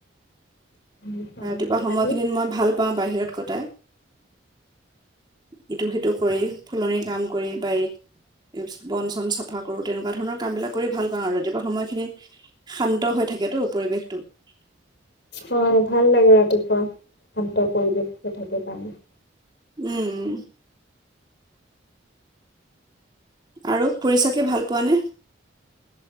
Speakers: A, on the left; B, on the right.
A: হয়,
B: ৰাতিপুৱা সময়খিনিত
A: ভালেই
B: মই ভাল পাওঁ বাহিৰত। কটাই ইটো সিটো কৰি ফুলনিৰ কাম কৰি বাৰীক বন চন চাফা কৰোঁতে এনেকুৱা ধৰণৰ কামবিিলাক কৰি ভাল পাওঁ আৰু ৰাতিপুৱা সময়খিনিত শান্ত হৈ থাকেতটো পৰিৱেশ <inaudible>
A: হয় ভাল লাগে ৰাতিপুৱা, শান্ত পৰিৱেশ থাকে কাৰণে।
B: উম। আৰু ফুৰি-চাকি ভাল পোৱাানে?